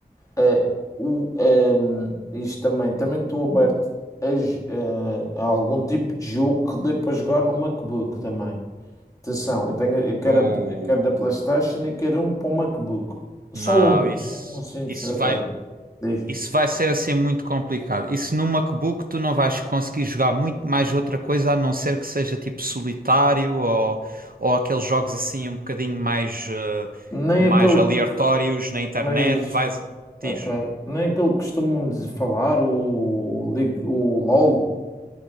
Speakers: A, on the left (about 20°); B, on the right (about 60°).
A: a o, ehm, isto também, também estou aberto a, j- eh, a algum tipo de jogo que dê para jogar no MacBook também. Atenção, eu tenho, eu quero,
B: Ou.
A: a- eu quero da PlayStation e quero um para o MacBook.
B: Não,
A: Só um,
B: isso,
A: só um assim de
B: isso
A: estratégia.
B: vai.
A: Diz.
B: Isso vai ser assim muito complicado. Isso no MacBook tu não vais conseguir jogar muito mais outra coisa a não ser que seja tipo solitário ou, ou aqueles jogos assim um bocadinho mais, eh,
A: Nem
B: mais
A: aquele.
B: aleatórios na internet.
A: Mas,
B: Vais. Diz.
A: ok. Nem aquele que costumam dizer- falar, o, Lig- o LOL.